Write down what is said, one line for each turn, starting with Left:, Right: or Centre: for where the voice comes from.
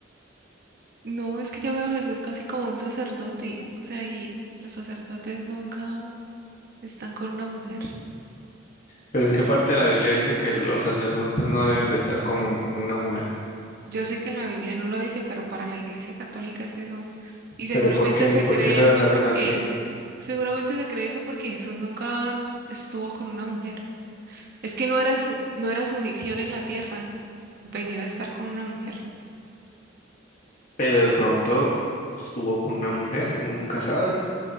Right: no, es que yo veo a Jesús casi como un sacerdote, o sea, y los sacerdotes nunca. están con una mujer.
Left: Pero ¿en qué parte de la Biblia dice que los sacerdotes no deben de estar con un- una mujer?
Right: Yo sé que en la Biblia no lo dice, pero para la Iglesia Católica es eso. Y
Left: ¿Pero
Right: seguramente
Left: por qué?
Right: se
Left: ¿Por
Right: cree
Left: qué lo dejaron
Right: eso porque,
Left: así?
Right: seguramente se cree eso porque Jesús nunca estuvo con una mujer. Es que no era su, no era su misión en la tierra venir a estar con una mujer.
Left: Pero de pronto estuvo con una mujer, uno nunca sabe.